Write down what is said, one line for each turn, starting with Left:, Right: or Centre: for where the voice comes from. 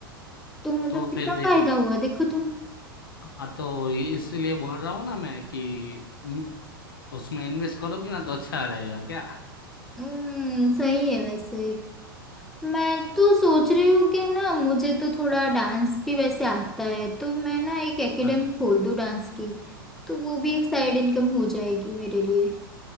Centre: तो मतलब
Left: तो
Centre: कितना
Left: फिर देखो
Centre: फायदा हुआ देखो तुम
Left: हाँ तो इसीलिए बोल रहा हूँ ना मैं कि हम्म, उसमें इन्वेस्ट करोगे ना तो अच्छा रहेगा क्या
Centre: हम्म सही है वैसे मैं तो सोच रही हूँ कि ना मुझे तो थोड़ा डांस भी वैसे आता है तो मैं ना एक एकेडमी
Left: अच्छा
Centre: खोल दूँ डांस की तो वो भी एक साइड इनकम हो जाएगी मेरे लिए